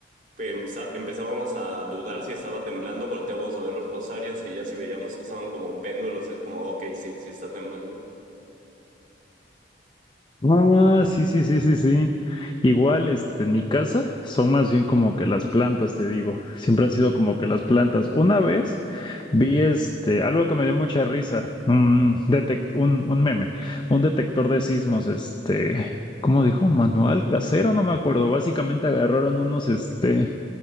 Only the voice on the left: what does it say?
Ah, sí, sí, sí, sí, sí. Igual, este, en mi casa son más bien como que las plantas, te digo. Siempre han sido como que las plantas. Una vez vi este, algo que me dio mucha risa, un detect, un, un meme, un detector de sismos, este, ¿cómo dijo? Manual casero, no me acuerdo. Básicamente agarraron unos, este,